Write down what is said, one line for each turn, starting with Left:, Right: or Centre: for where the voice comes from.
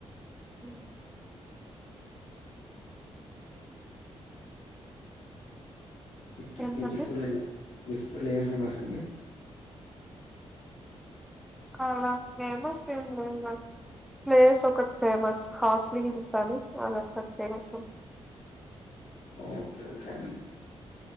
Centre: మ్
Left: చిత్తూర్
Centre: ఏంటండి
Left: చిత్తూరు ల వస్తువులు ఏమి ఫేమస్ అండి.
Centre: కాల ఫేమస్ ఏ ప్లేస్ ఏం లేదు గని, ప్లేస్ ఒకటి ఫేమస్ హాస్ హిల్స్ అని అదొకటి ఫేమస్ ఉంది.
Left: ఓకే ఓకే అండి.